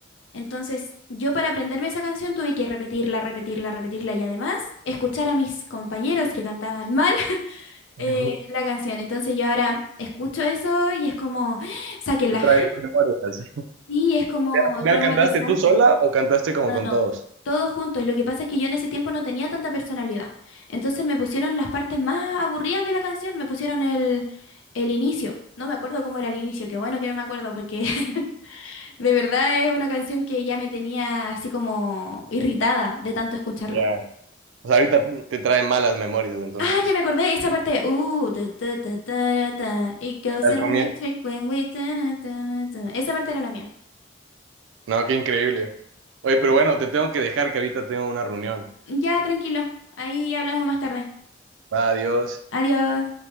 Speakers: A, on the left; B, on the right.
A: Entonces, yo para aprenderme esa canción tuve que repetirla, repetirla, repetirla y además escuchar a mis compañeros que cantaban mal <laughs>
B: <laughs>
A: eh, la canción. Entonces, yo ahora escucho eso y es como, <gasps> sáquenla.
B: ¿Te traes esas memorias?
A: Y es como
B: ¿Al final
A: traumatizante.
B: cantaste tú sola o cantaste como
A: No,
B: con
A: no,
B: todos?
A: todos juntos. Lo que pasa es que yo en ese tiempo no tenía tanta personalidad. Entonces me pusieron las partes más aburridas de la canción, me pusieron el, el inicio. No me acuerdo cómo era el inicio, qué bueno que no me acuerdo porque <laughs> de verdad es una canción que ya me tenía así como irritada de tanto escucharla.
B: Ya. O sea, ahorita te trae malas memorias, entonces.
A: Ah, ya me acordé, esa parte. Uh, ta, ta, ta, ta, ta, It goes
B: Al
A: electric
B: comienzo.
A: when we ta, na, ta, na, ta. Esa parte era la mía.
B: No, qué increíble. Oye, pero bueno, te tengo que dejar que ahorita tengo una reunión.
A: Ya, tranquilo. Ahí hablamos más tarde.
B: Va, adiós.
A: Adiós.